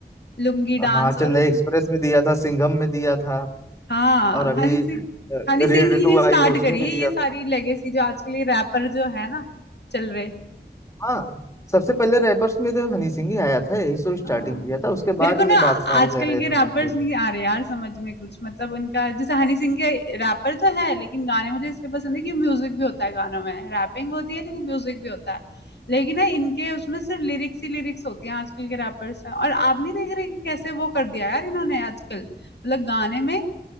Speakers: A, on the left; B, on the left.
A: लुंगी डांस
B: हाँ चेन्नई
A: और उस
B: एक्सप्रेस में दिया था सिंघम में दिया था
A: हाँ
B: और अभी
A: हनी सिंह हनी सिंह
B: रेड
A: ही
B: टू
A: ने
B: आई
A: स्टार्ट
B: है उसमें
A: करी
B: भी
A: है ये
B: दिया
A: सारी
B: था
A: लेगेसी जो आजकल ये रैपर जो है ना चल रहे
B: हाँ सबसे पहले रैपर्स में तो हनी सिंह ही आया था यही सो स्टार्टिंग
A: हाँ
B: किया था उसके
A: मेरे
B: बाद
A: को
B: ये
A: ना
B: बादशाह
A: आजकल
B: वगैरह ये
A: के
B: सब
A: रैपर्स नहीं आ रहे यार समझ में कुछ मतलब उनका जैसे हनी सिंह के रैपर तो है लेकिन गाने मुझे इसलिए पसंद है कि म्यूजिक भी होता है गानों में रैपिंग होती है लेकिन म्यूजिक भी होता है लेकिन ना इनके उसमें सिर्फ लिरिक्स ही लिरिक्स होती हैं आजकल के रैपर्स में और आप नहीं देख रहे कि कैसे वो कर दिया यार इन्होंने आजकल मतलब गाने में